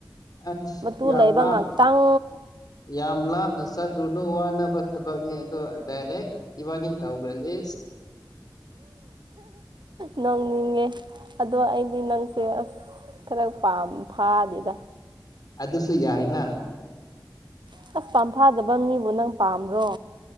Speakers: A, on the left; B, on the right.
A: ꯑꯩ
B: ꯃꯇꯨ
A: ꯌꯥꯝꯂꯥꯡ
B: ꯂꯩꯕ ꯉꯥꯛꯇꯪ
A: ꯌꯥꯝꯂꯥꯡ ꯆꯠꯂꯨꯅꯨ ꯋꯥꯅꯕ ꯊꯕꯛꯅꯤ ꯑꯗꯣ ꯗꯥꯏꯔꯦꯛ ꯏꯕꯥꯅꯤ ꯇꯧꯈ꯭ꯔꯁꯦ
B: ꯅꯣꯡꯅꯤꯡꯉꯦ ꯑꯗꯣ ꯑꯩꯗꯤ ꯅꯪꯁꯦ ꯑꯁ ꯈꯔ ꯐꯥꯗꯦꯗ
A: ꯑꯗꯨꯁꯨ ꯌꯥꯏꯅ
B: ꯑꯁ ꯄꯝꯐꯥꯗꯕ ꯃꯤꯕꯨ ꯅꯪ ꯄꯥꯝꯕ꯭ꯔꯣ